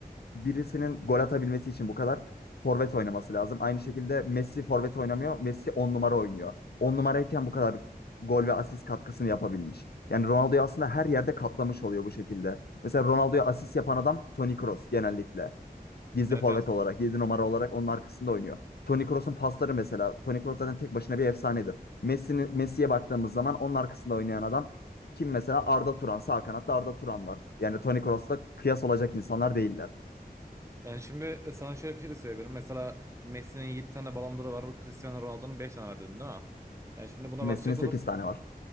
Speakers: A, on the left; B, on the right.
A: birisinin gol atabilmesi için bu kadar forvet oynaması lazım. Aynı şekilde Messi forvet oynamıyor. Messi 10 numara oynuyor. 10 numarayken bu kadar gol ve asist katkısını yapabilmiş. Yani Ronaldo'yu aslında her yerde katlamış oluyor bu şekilde. Mesela Ronaldo'ya asist yapan adam Toni Kroos genellikle. Gizli
B: Evet
A: forvet
B: evet.
A: olarak, 7 numara olarak onun arkasında oynuyor. Toni Kroos'un pasları mesela. Toni Kroos zaten tek başına bir efsanedir. Messi'nin Messi'ye baktığımız zaman onun arkasında oynayan adam kim mesela? Arda Turan. Sağ kanatta Arda Turan var. Yani Toni Kroos'la kıyas olacak insanlar değiller.
B: Yani şimdi e, sana şöyle bir şey de söyleyebilirim. Mesela Messi'nin 7 tane Ballon d'Or'u var. Cristiano Ronaldo'nun 5 tane var dedin değil mi? Yani şimdi buna
A: Messi'nin
B: bakacak
A: 8
B: olur,
A: tane var.